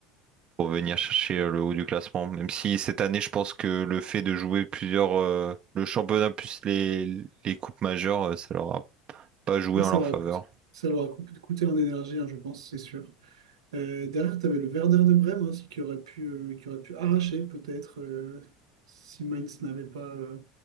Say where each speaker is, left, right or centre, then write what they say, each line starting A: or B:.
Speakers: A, on the right; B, on the right.
A: pour venir chercher euh, le haut du classement. Même si cette année, je pense que le fait de jouer plusieurs, euh, le championnat plus les, les coupes majeures, euh, ça leur a pas joué
B: Ah,
A: en
B: ça
A: leur
B: leur
A: faveur.
B: a coûté, ça leur a coûté coûté en énergie, hein, je pense, c'est sûr. Euh, derrière, tu avais le Werder de Brême aussi qui aurait pu, euh, qui aurait pu arracher peut-être euh, si Mainz n'avait pas, euh,